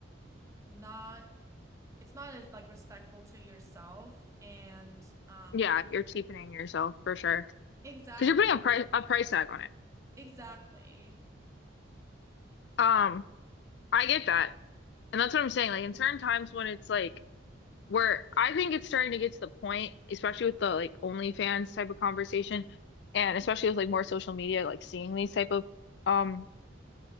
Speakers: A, on the right (about 15°); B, on the left (about 60°).
A: not it's not as like respectful to yourself and um
B: yeah you're cheapening yourself for sure
A: exactly
B: because you're putting a price a price tag on it
A: exactly.
B: um I get that and that's what I'm saying like in certain times when it's like where I think it's starting to get to the point especially with the like OnlyFans type of conversation and especially with like more social media like seeing these type of um